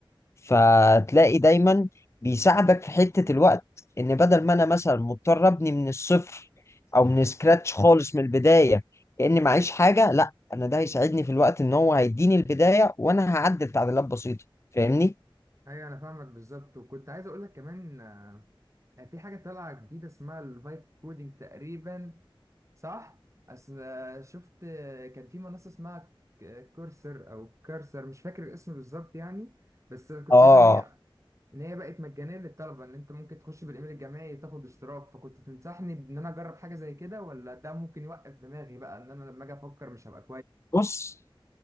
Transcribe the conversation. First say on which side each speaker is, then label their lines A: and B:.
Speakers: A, on the left (about 30°); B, on the right (about 35°).
A: فتلاقي دايما بيساعدك في حتة الوقت ان بدل ما انا مثلا مضطر ابني من الصفر او من سكراتش خالص من البداية كأني معيش حاجة لا انا ده هيساعدني في الوقت ان هو هيديني البداية وانا هعدل تعديلات بسيطة فاهمني؟
B: ايوه انا فاهمك بالظبط وكنت عايز اقول لك كمان آه، في حاجه طالعه جديده اسمها الفايب كودينج تقريبا صح اصل آه، شفت آه، كان في منصه اسمها ك- كورسر او كارسر مش فاكر الاسم بالظبط يعني بس انا كنت
A: اه
B: شايفه ان هي ان هي بقت مجانيه للطلبه ان انت ممكن تخش بالايميل الجامعي تاخد اشتراك فكنت تنصحني ان انا اجرب حاجه زي كده ولا ده ممكن يوقف دماغي بقى ان انا لما اجي افكر مش هبقى
A: بص